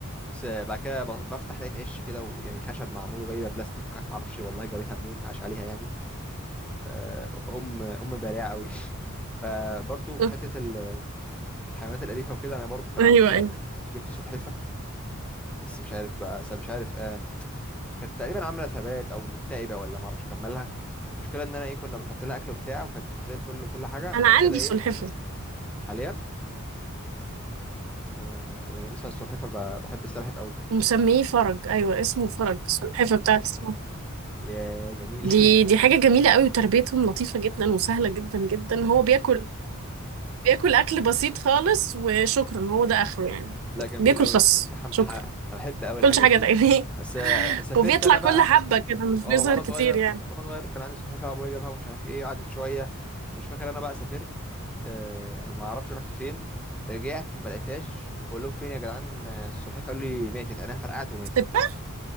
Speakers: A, in the centre; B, on the right.
A: بس آه، بعد كده ب- بفتح لقيت عش كده ويعني خشب معمول وجايبه بلاستيك وحاجات معرفش والله جابتها منين عاش عليها يعني آه، ام ام بارعه قوي <laughs> فبرضه في
B: آه،
A: حته ال- الحيوانات الاليفه وكده انا برضه كان
B: أيوه
A: عندي
B: أيوه
A: جبت سلحفه بس مش عارف بقى س- مش عارف آه كانت تقريبا عامله ثبات او مكتئبه ولا ما اعرفش اكملها المشكله ان انا ايه كنا بنحط لها اكل وبتاع وكانت زي الفل وكل حاجه
B: أنا
A: بعد
B: عندي
A: كده ايه
B: سلحفة
A: حاليا آه يعني مثلا السلحفه ب- بحب السلحف قوي
B: ومسميه فرج ايوه اسمه فرج السلحفه بتاعت اسمه فرج
A: يا جميل
B: دي
A: <laughs>
B: دي حاجه جميله قوي وتربيتهم لطيفه جدا وسهله جدا جدا هو بياكل بياكل اكل بسيط خالص وشكرا هو ده اخره يعني
A: لا جميل
B: بياكل
A: قوي
B: خس
A: انت حم...
B: شكرا
A: ح... بحب قوي الحاجات
B: كلش حاجه
A: دي
B: تانية
A: بس آه، سافرت
B: <laughs> وبيطلع
A: انا
B: كل
A: بقى
B: حبه كده مش
A: اه
B: بيظهر
A: وانا
B: كتير
A: صغير
B: يعني
A: وانا صغير كان عندي سلحفاه ابويا جابها ومش عارف ايه قعدت شويه مش فاكر انا بقى سافرت آه ما اعرفش رحت فين رجعت ما لقيتهاش بقول لهم فين يا جدعان آه، السلحفاه قالوا لي ماتت عينها فرقعت وماتت
B: سبتة